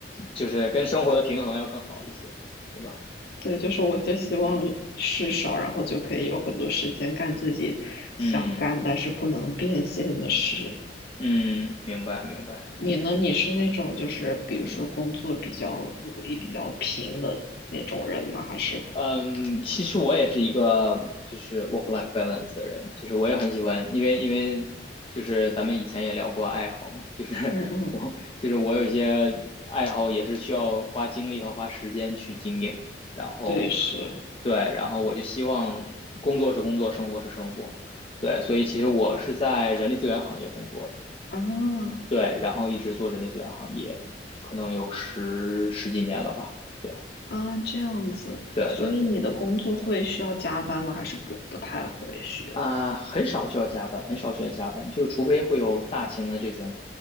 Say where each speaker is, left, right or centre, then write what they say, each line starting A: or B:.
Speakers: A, on the left; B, on the left.
A: 就是跟生活的平衡要更好一些，对吧？
B: 对，
A: 嗯
B: 就是我就希望事少，
A: 嗯
B: 然后就可以有很多时间干自己想干但是不能变现的事。
A: 嗯嗯，明白明白，
B: 你呢？你是那种就是比如说工作比较努力、
A: 嗯
B: 比较拼的那种人吗？
A: 嗯。
B: 还是
A: 嗯，其实我也是一个就是 work life balance 的人，就是我也很喜欢，因为因为就是咱们以前也聊过爱好嘛，就是 <laughs>
B: 嗯嗯，
A: 我就是我有一些爱好也是需要花精力和花时间去经营的然后
B: 对，是
A: 对，然后我就希望工作是工作，生活是生活，对，所以其实我是在人力资源行业工作的，
B: 啊
A: 对，然后一直做人力资源行业，可能有十十几年了吧，对
B: 啊这样子。
A: 对对对。
B: 所以你的工作会需要加班吗？还是不不太会需要？
A: 啊，很少需要加班，很少需要加班，就是除非会有大型的这种